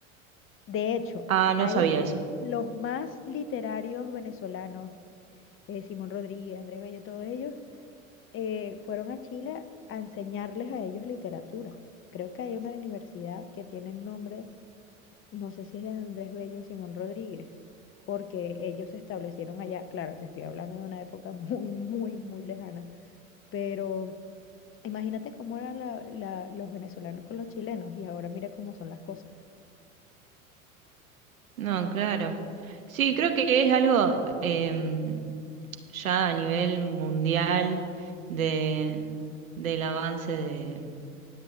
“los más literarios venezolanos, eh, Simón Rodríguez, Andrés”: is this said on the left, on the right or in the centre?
Left